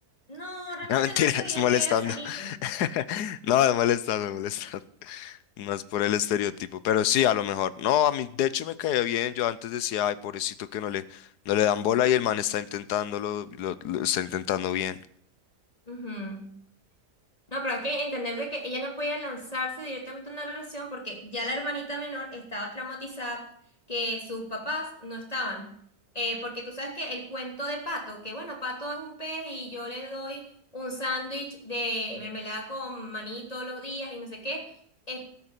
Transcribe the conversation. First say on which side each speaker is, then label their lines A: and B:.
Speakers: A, on the left; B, on the left.
A: no, realmente
B: No, mentiras,
A: no él se veía
B: <laughs> molestando.
A: que era sanito.
B: <laughs> No, molestando, molestando. Más por el estereotipo, pero sí, a lo mejor. No, a mí de hecho me caía bien. Yo antes decía, ay, pobrecito que no le, no le dan bola y el man está intentándolo, lo, lo está intentando bien.
A: Ujú. No, pero hay que entender de que ella no podía lanzarse directamente a una relación porque ya la hermanita menor estaba traumatizada, que sus papás no estaban. Eh, porque tú sabes que el cuento de Pato, que bueno, Pato es un pez y yo le doy un sándwich de mermelada con maní todos los días y no sé qué, es,